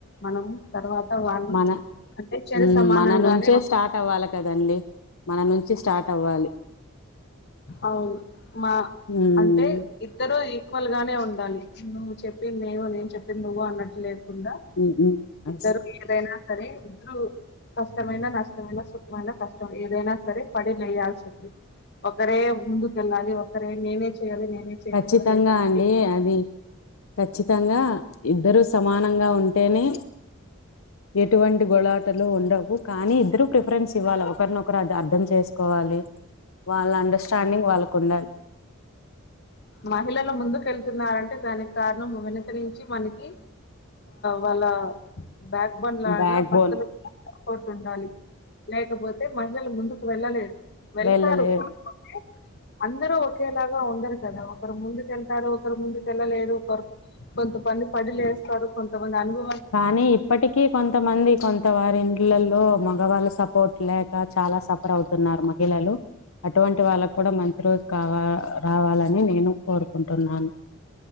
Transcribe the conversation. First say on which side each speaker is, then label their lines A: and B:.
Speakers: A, on the left (about 50°); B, on the left (about 75°).
A: మనం తర్వాత వాళ్ళు
B: మన
A: అంటే చరి
B: ఉమ్,
A: సమానంగానే
B: మన నుంచే
A: ఉంట
B: స్టార్ట్ అవ్వాలి కదండి మన నుంచి స్టార్ట్ అవ్వాలి
A: అవును మా
B: ఉమ్,
A: అంటే ఇద్దరు ఎక్వలుగానే ఉండాలి నువ్వు చెప్పింది నేను చెప్పింది నువ్వు అన్నట్లేదు కుండా
B: ఉమ్, ఉమ్, అస్-
A: ఇద్దరు ఏదైనా సరే ఇద్దరు కష్టమైన నష్టమైనా సుఖమైన కష్టం ఏదైనా సరే పడి లేయాల్సింది ఒకరే ముందుకెళ్ళాలి ఒకరే నేనే చేయాలి నేనే చేయకూడదు
B: ఖచ్చితంగా
A: అనే తలకాయ.
B: అండి అది ఖచ్చితంగా ఇద్దరు సమానంగా ఉంటేనే ఎటువంటి గొలాటలు ఉండవు కానీ ఇద్దరుూ ప్రిఫరెన్స్ ఇవ్వాలి ఒకరిన ఒకరు అది అర్థం చేస్త వాలి వాళ్ళ అండర్స్టాండింగ్ వాళ్ళకు ఉండాలి
A: మహిళలు ముందుకు వెళ్తున్నారంటే దానికి కారణం వెనక నుంచి మనకి వాళ్ళ బ్యాక్ బోన్ లాగా
B: బ్యాక్
A: భర్తలు
B: బోన్
A: కొట్టు ఉండాలి లేకపోతే మహిళలు ముందుకు వెళ్ళలేదు వెళ్తారు
B: వెళ్ళలేరు
A: కాకపోతే అందరూ ఒకేలాగా ఉండరు కదా ఒకరు ముందుకుెళ్తారు ఒకరు ముందుకెళ్ళలేదు ఒకరు కొంతమంది పడి లే వస్తారు కొంతమంది అనుభ
B: కానీ ఇప్పటికీ కొంతమంది కొంత వారు ఇండ్లలో మగవాళ్ళ సపోర్ట్ లేక చాలా సఫర్ అవుతున్నారు మహిళలు అటువంటి వాళ్ళకు కూడా మంచి రోజు కావ రావాలని నేను కోరుకుంటున్నాను